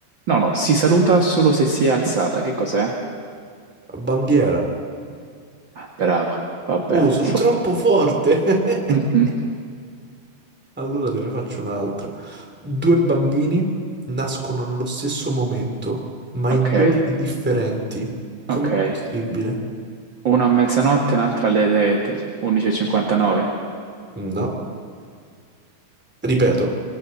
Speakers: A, on the right; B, in the centre.
A: no, no, si saluta solo se si è alzata. Che cos'è?
B: bandiera.
A: Ah, Bravo, vabbè.
B: Oh, sono
A: <laughs>
B: troppo forte. <laughs>
A: Mhm.
B: Allora te ne faccio un'altra. Due bambini nascono nello stesso momento, ma
A: Ok,
B: in giorni differenti. Com'è
A: ok.
B: possibile?
A: Uno a mezzanotte, un'altra alle 11.59.
B: No. Ripeto,